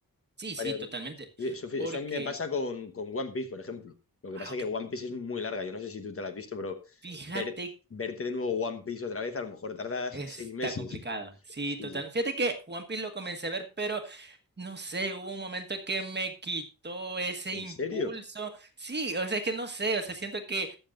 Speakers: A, on the right; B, on the left.
A: Sí,
B: varias
A: sí, totalmente,
B: veces. Yo- Eso, fue-
A: porque,
B: eso a mí me pasa con, con One Piece, por ejemplo. Lo que
A: ah,
B: pasa
A: ok,
B: es que One Piece es muy larga. Yo no sé si tú te la has visto, pero
A: Fíjate
B: ver, verte de nuevo One Piece otra vez, a lo mejor tardas
A: Está
B: seis meses.
A: complicado. Sí,
B: Sí,
A: total.
B: sí.
A: Fíjate que One Piece lo comencé a ver, pero no sé, hubo un momento que me quitó ese
B: ¿En
A: impulso.
B: serio?
A: Sí, o sea, es que no sé, o sea, siento que